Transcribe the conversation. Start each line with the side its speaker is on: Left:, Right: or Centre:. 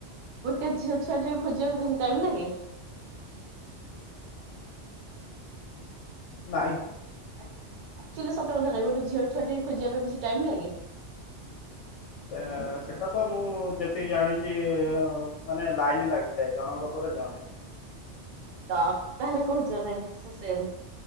Right: ଗୋଟେ ଝିଅ ଛୁଆଟେ ଖୋଜିବାକୁ ବେଶି ଟାଇମ୍ ଲାଗେ।
Left: ନାହିଁ।
Right: ଆକ୍ ଆକଚୁଆଲି ସତ କଥା କହିବ ଗୋଟେ ଝିଅ ଛୁଆ ଟେ ଖୋଜିବା ପାଇଁ ବେସି ଟାଇମ ଲାଗେ।
Left: ତ ସେଟା ତ ମୁଁ ଯେତିକି ଜାଣିଛି ମାନେ ଲାଇନ ଲାଗି। ଏ ଜଣଙ୍କ ପରେ ଜଣେ।
Right: ତ ତାହେଲେ କହୁଛ କାହିଁକି ସ ସେ